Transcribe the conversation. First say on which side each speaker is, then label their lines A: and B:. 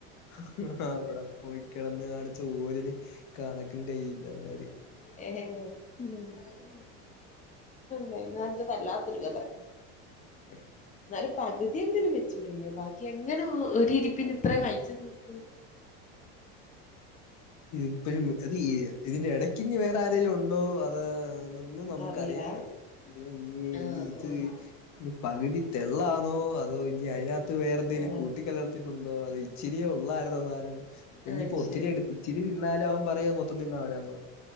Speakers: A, on the left; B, on the left.
A: ആഹ് അ ഹ് ഔടെ പോയി കെട്ന്ന് കാണിച്ച് ഓലിനി കണക്കും കയ്യുല്ല അവമ്മാര്.
B: ഏഹെ ഉം. അങ്ങനാണ്ട് കഴിഞ്ഞു. ന്നാലും ഇത് വല്ലാത്തൊരു കഥ. <inaudible>
A: <inaudible>
B: എന്നാലും പകുതിയെങ്കിലും വെചൂടിഞ്ഞോ ബാക്കി എങ്ങനെ ഒരിപ്പിന് ഇത്ര കഴിച്ചു തീർത്ത
A: പ്പഴും അത് ഇതിന്റെ ഇട ക്കിനിഞ് വേറെരെേലുണ്ടോ അതൊന്നും നമുക്ക്
B: അറിയില്ല
A: അറിയൻ വയ്യ ഇ ഇനി
B: ആഹ്
A: ഇനി ഇത്
B: ആഹ്
A: ന പകുതിത്തെള്ളാണോ അ അതോ ഇഞ്ഞി അയിനകത്ത് വേറെ ന്തെലും
B: ആഹ്
A: കൂട്ടി ക്കലർത്തിയിട്ടുണ്ടോ അതൊ ഇച്ചിരി ഒള്ളായിര്ന്നൊ സാനം. ഇഞ്ഞിപ്പോ
B: അത്
A: ഒത്തിരി
B: ശരി
A: എടു ഇച്ചിരിതിന്നാലും അവൻ പറയും മൊത്തം തിന്നാ അവനാന്ന് പറയും.